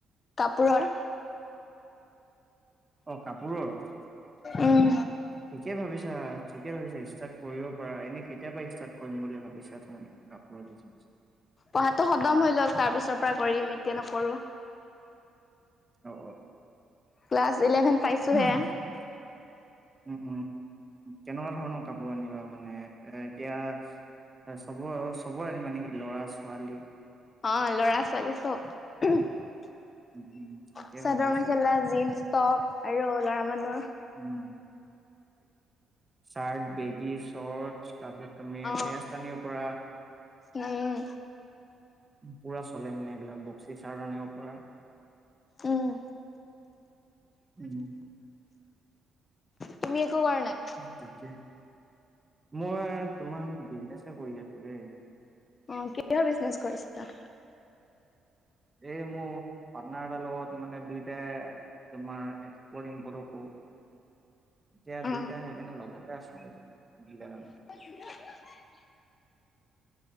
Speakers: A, on the left; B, on the right.
A: কাপোৰৰ।
B: অ কাপোৰৰ, ঠিকেই
A: উম
B: ভাবিছা। ঠিকে ষ্টাৰ্ট কৰিব পাৰা, এনে কেতিয়াবা ষ্ট বুলি ভাবিছা তুমি কাপোৰৰ বিছনেজ?
A: পঢ়াতো খদম হৈ লওক, তাৰ পিছৰ পৰা কৰিম এতিয়া নকৰো।
B: অ।
A: ক্লাছ ইলেভেন পাইছোহে
B: উম উম। কেনেকুৱা ধৰণৰ কাপোৰ আনিবা মানে, এ এতিয়া চবৰ-চবৰে আ মানে কি ল'ৰা ছোৱালী
A: অ ল'ৰা ছোৱালী চব। চাদৰ-মেখেলা,
B: উম উম ঠিকে ভাবিছা
A: জীন্স-টপ আৰু লৰা মানুহ
B: উ চাৰট, বেগি, শৰ্চ, তাৰপিছত তুমি
A: অ
B: ভেজ আনিৰ পৰা।
A: উম।
B: পুৰা চলে মানে সেইবিলাক বক্সি চাৰ্ত আনিব পৰা।
A: উম।
B: উম।
A: তুমি একো কৰা নাই
B: তাক। মই তোমাক বিজনেচ কৰি আছো দেই।
A: অ কিহৰ বিজনেচ কৰিছিলা?
B: এই মোৰ পাৰ্নাৰ এটাৰ লগত মানে দুইটাই তোমাৰ এক্সপৰ্ট-ইমপৰ্টও কৰো। এতিয়া
A: অ
B: দুইটা সেইকাৰণে লগতে আছ
A: <unintelligible>